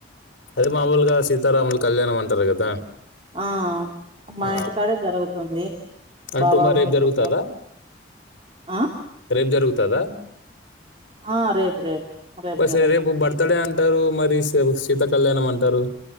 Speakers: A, on the left; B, on the right.
A: అదే మామూలుగాసి సీతరాముల కళ్యాణం అంటారు కదా
B: ఆ మా
A: ఆ!
B: ఇంటికాడే జరుగుతుంది
A: అంటే
B: బాబాకు
A: మరి రేపు
B: టెంపుల్లో
A: జరుగుతుదా
B: ఆ
A: రేపు జరుగుతుదా
B: ఆ రేపు రేపు
A: బస్
B: జరుగుతుంది
A: రేపు బర్తడే అంటారు మరి శీ సీత కళ్యాణం అంటారు